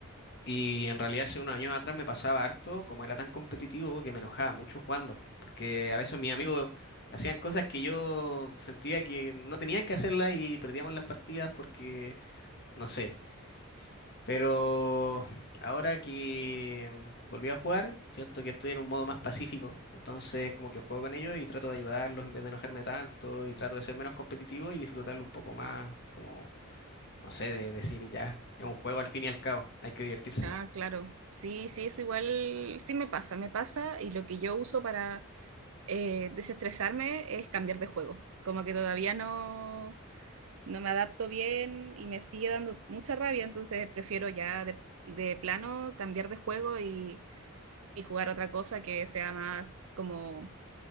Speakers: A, on the left; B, on the right.
A: Y en realidad hace unos años atrás me pasaba harto, como era tan competitivo, que me enojaba mucho jugando, porque a veces mis amigos hacían cosas que yo sentía que no tenían que hacerlas y perdíamos las partidas porque, no sé. Pero ahora que volví a jugar, siento que estoy en un modo más pacífico, entonces como que juego con ellos y trato de ayudarlos en vez de enojarme tanto y trato de ser menos competitivo y disfrutarlo un poco más, como, no sé, de decir ya, es un juego al fin y al cabo, hay que divertirse.
B: Ah, claro, sí, sí, es igual, sí me pasa, me pasa y lo que yo uso para eh, desestresarme es cambiar de juego, como que todavía no, no me adapto bien y me sigue dando mucha rabia, entonces prefiero ya de, de plano cambiar de juego y, y jugar otra cosa que sea más como